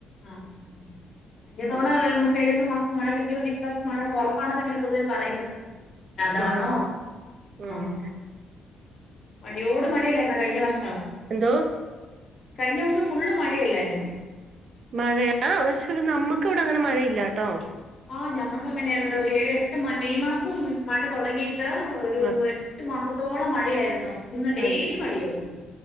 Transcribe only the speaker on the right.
ആഹ്
ആഹ്
എന്തോ?
മഴയാ പക്ഷെ നമ്മക്ക് ഇവടെ അങ്ങനെ മഴയില്ലാട്ടോ.
ആ
അയ്യോ